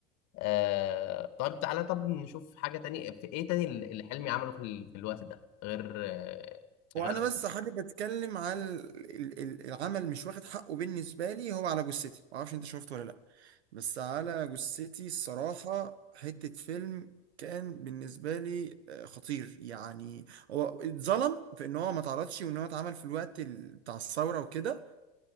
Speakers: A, on the left; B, on the right.
A: آه طب تعالى طب نشوف حاجه تانية في ايه تاني اللي حلمي عمله في, ال... في الوقت ده غير آه
B: وانا
A: غير عسل
B: بس حابب اتكلم على ال- ال- العمل مش واخد حقه بالنسبه لي هو على جثتي ما اعرفش انت شفته ولا لا بس على جثتي الصراحه حته فيلم كان بالنسبه لي آه، خطير يعني هو اتظلم في ان هو ما اتعرضش وان هو اتعمل في الوقت ال- بتاع الثوره وكده